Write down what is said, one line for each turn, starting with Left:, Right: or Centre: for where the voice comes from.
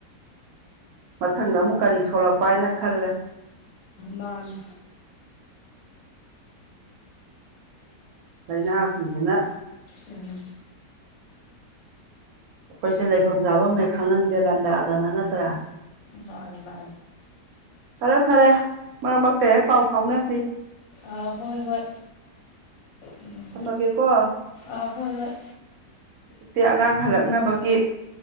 Right: ꯃꯊꯪꯗ ꯑꯃꯨꯛ ꯀꯔꯤ ꯊꯣꯛꯂꯛꯄ ꯍꯥꯏꯅ ꯈꯜꯂꯦ
Left: ꯃꯥꯟꯅꯤ
Right: ꯂꯩꯥꯅꯥꯁꯤꯡꯁꯤꯅ
Left: ꯎꯝ
Right: ꯑꯩꯈꯣꯏꯁꯦ ꯂꯩꯐꯝ ꯆꯥꯐꯝ ꯍꯦꯛ ꯈꯪꯍꯟꯗꯦ ꯂꯥꯟꯗꯥꯗꯅ ꯅꯠꯇ꯭ꯔꯥ
Left: ꯃꯥꯅꯤ ꯃꯥꯅꯤ
Right: ꯐꯔꯦ ꯐꯔꯦ ꯃꯔꯛ ꯃꯔꯛꯇ ꯍꯦꯛ ꯄꯥꯎ ꯐꯥꯎꯅꯁꯤ
Left: ꯑꯥ ꯍꯣꯏ ꯍꯣꯏ ꯎꯝ
Right: ꯊꯝꯃꯒꯦꯀꯣ
Left: ꯑꯥ ꯍꯣꯏ ꯍꯣꯏ
Right: ꯍꯧꯖꯤꯛꯇꯤ ꯑꯉꯥꯡ ꯍꯜꯂꯛꯅꯕꯒꯤ